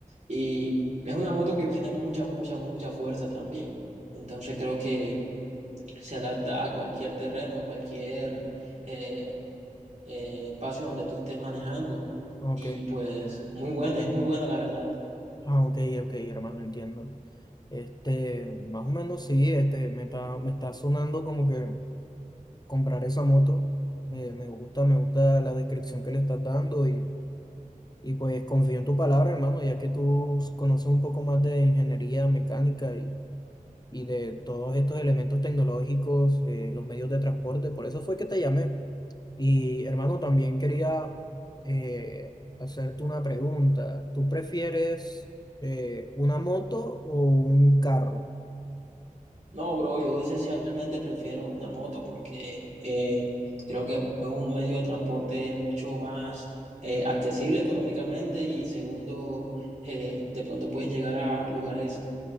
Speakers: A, on the right; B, on the left.
A: y es una moto que tiene mucha, mucha, mucha fuerza también. Entonces creo que se adapta a cualquier terreno, a cualquier eh, eh, espacio donde tú estés manejando.
B: Ok.
A: Y pues muy buena, es muy buena la verdad.
B: Ah, ok, ok, hermano, entiendo. Este, más o menos sí, este, me está, me está sonando como que comprar esa moto. Me, me gusta, me gusta la descripción que le estás dando y, y pues confío en tu palabra, hermano, ya que tú conoces un poco más de ingeniería mecánica y, y de todos estos elementos tecnológicos, eh, los medios de transporte. Por eso fue que te llamé. Y hermano, también quería eh, hacerte una pregunta. ¿Tú prefieres eh, una moto o un carro?
A: No, bro, yo esencialmente prefiero una moto porque eh, creo que es un medio de transporte mucho más eh, accesible económicamente y segundo, eh, de pronto puedes llegar a lugares